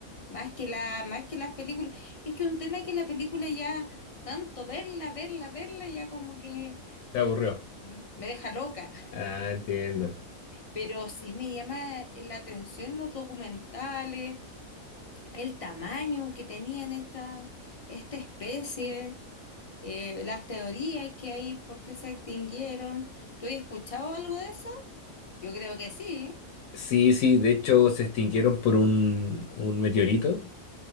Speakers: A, on the left; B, on the left.
A: más que la, más que las películas. Es que un tema es que la película ya, tanto verla, verla, verla, ya como que
B: Te aburrió.
A: mm, me deja loca.
B: Ah, entiendo.
A: Pero sí me llama la atención los documentales, el tamaño que tenían esta, esta especie. eh, las teorías que hay por qué se extinguieron. ¿Tú has escuchado algo de eso? Yo creo que sí.
B: Sí, sí, de hecho se extinguieron por un, un meteorito